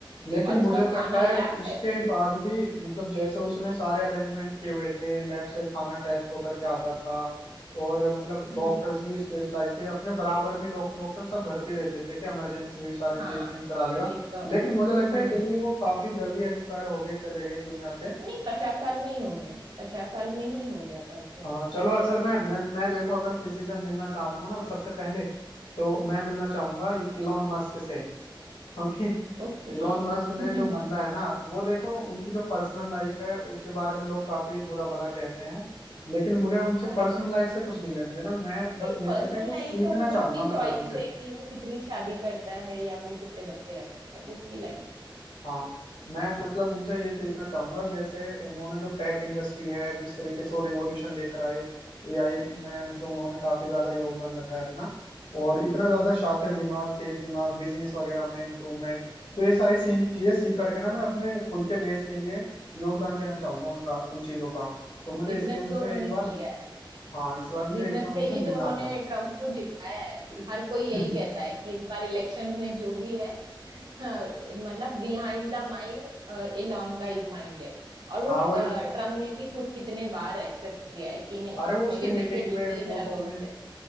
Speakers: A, on the left; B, on the right.
A: लेकिन
B: और
A: मुझे
B: उसका खाना
A: लगता
B: लैब
A: है उसके
B: टेस्ट होता
A: बाद भी मतलब जैसे उसने सारे अरेंजमेंट किए हुए थे लैब से खाना टेस्ट होकर के आता था और मतलब
B: हम्म
A: डॉक्टर्स भी स्पेशलाइज थे अपने बराबर में डॉक्टर वॉक्टर सब घर पे रहते थे कि इमरजेंसी हुई सारी चीजें
B: हाँ
A: चेंज करा लेगा
B: एकदम
A: लेकिन मुझे लगता
B: हम्म
A: है फिर भी वो काफी जल्दी एक्सपायर हो गए चले गए इस दुनिया से
B: नहीं पचास साल में ही हो गया पचास साल में ही हो गया था उसका इंतकाल
A: हाँ चलो असल में मैं मैं देखो अगर किसी से मिलना चाहूंगा ना सबसे पहले तो मैं मिलना चाहूंगा इलोन मस्क से क्योंकि <laughs>
B: ओके
A: इलोन
B: <laughs>
A: मस्क ने जो बंदा है ना वो देखो उनकी जो पर्सनल लाइफ है उसके बारे में लोग काफी बुरा भला कहते हैं लेकिन मुझे उनसे
B: अच्छा
A: पर्सनल लाइफ से कुछ नहीं लेना देना मैं बस
B: नहीं
A: मिल
B: पर्सनल
A: करके कुछ
B: लाइफ
A: सीखना
B: तो वो
A: चाहूंगा
B: उसकी चॉइस
A: मतलब उनसे
B: है कि वो कितनी शादी करता है या वो कितने बच्चे रखता है वो उसकी लाइफ है
A: हाँ मैं मतलब उनसे ये सीखना चाहूंगा जैसे उन्होंने जो टेक इंडस्ट्री है जिस तरीके से वो रिवॉल्यूशन लेकर आए एआई में मतलब उन्होंने काफी ज्यादा योगदान रखा है अपना और इतना ज्यादा शातिर दिमाग तेज दिमाग बिजनेस वगैरह में इम्प्रूवमेंट तो ये सारी सी चीजें सीख करके ना मैं अपने खुद के देश के लिए योगदान देना चाहूंगा उनका उन चीजों का तो मुझे
B: बिजनेस
A: इसलिए उनसे
B: तो उन्होंने
A: एक बार
B: किया है
A: हाँ इस बार मुझे
B: बिजनेस
A: एक बार
B: से
A: उनसे
B: ही
A: मिलना
B: तो उन्होंने
A: था
B: ट्रम्प को जिताया है हर कोई यही
A: <laughs>
B: कहता है कि इस बार इलेक्शन में जो भी है हाँ, मतलब बिहाइंड द माइंड एलॉन का ही माइंड है और वो
A: हाँ वो
B: ट्रम्प ने भी खुद कितने बार एक्सेप्ट किया है कि नहीं
A: अरे वो उसकी
B: मेरे
A: मीटिंग
B: पीछे जो
A: में
B: भी है
A: फोटो
B: मेरा दोस्त
A: में
B: है